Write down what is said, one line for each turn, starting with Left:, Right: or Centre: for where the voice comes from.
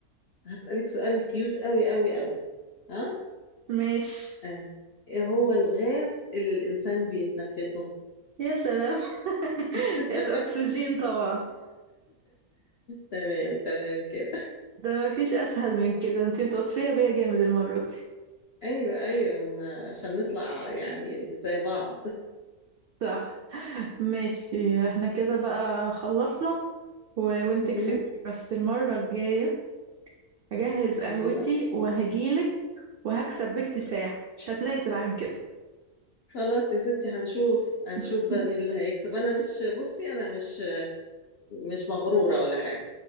Left: هسألك سؤال كيوت أوي أوي أوي ها؟
Right: ماشي
Left: آه. إيه هو الغاز اللي الإنسان بيتنفسه؟
Right: يا سلام <laughs>
Left: <laughs>
Right: الأكسجين طبعا
Left: تمام تمام كده
Right: ده مفيش اسهل من كده انتي متوصية بيا جامد المرة دي
Left: أيوه أيوه عشان نطلع يعني زي بعض
Right: صح ماشي احنا كده بقى خلصنا و... وانت
Left: مم،
Right: كسبتي بس المرة الجاية هجهز قهوتي
Left: أيوه
Right: وهجيلك وهكسب باكتساح مش هتنازل عن كده
Left: خلاص يا ستي هنشوف هنشوف
Right: <laughs>
Left: بقى مين اللي هيكسب انا مش بصي انا مش مش مغرورة ولا حاجة